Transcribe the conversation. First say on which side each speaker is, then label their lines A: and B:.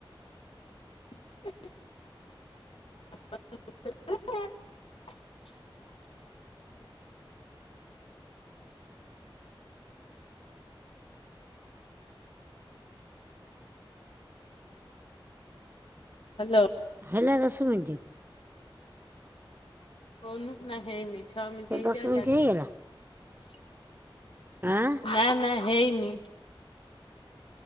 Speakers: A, on the left (about 80°); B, on the right (about 25°).
A: <unintelligible> ହାଲୋ।
B: ହେଲା ଦଶ ମିନିଟ।
A: ହଉନ ନା ହେଇନି। ଛଅ ମିନିଟ
B: ତ
A: ହେଇଛି
B: ଦଶ
A: ଆଉ
B: ମିନିଟ
A: ଚାରି
B: ହେଇଗଲା
A: ମିନିଟ।
B: ଆଁ
A: ହେଇନି। <inaudible>